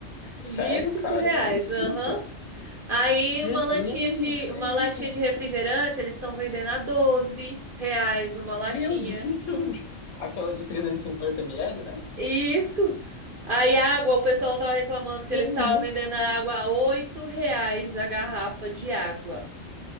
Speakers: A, on the left; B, on the right.
A: Sério,
B: vinte e cinco
A: cara?
B: reais.
A: Vinte e cinco?
B: Aham. Aí
A: Jesus,
B: uma latinha de
A: que
B: uma latinha
A: isso, gente?
B: de refrigerante, eles estão vendendo a 12 reais uma latinha.
A: Meu <laughs> Deus! Aquela de 350ml, né?
B: Isso. Aí água, o pessoal tava reclamando que
A: Senhor.
B: eles estavam vendendo a água a 8 reais a garrafa de água.